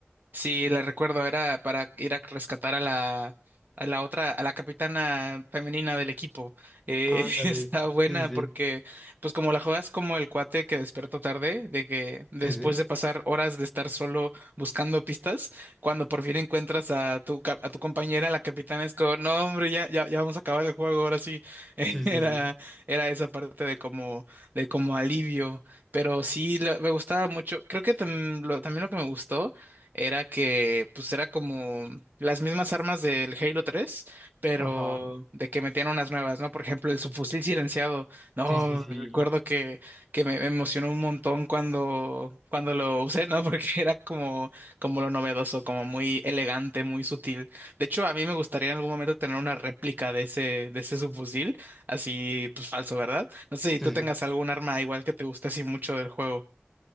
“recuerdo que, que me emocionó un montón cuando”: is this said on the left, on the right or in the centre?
Right